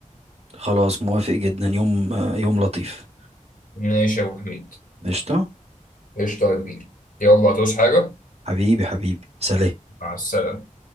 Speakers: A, on the right; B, on the left.
A: خلاص موافق جدا يوم يوم لطيف
B: ماشي يا ابو حميد
A: قشطة
B: قشطة يا كبير يلا هتعوز حاجة
A: حبيبي حبيبي سلام
B: مع السلامة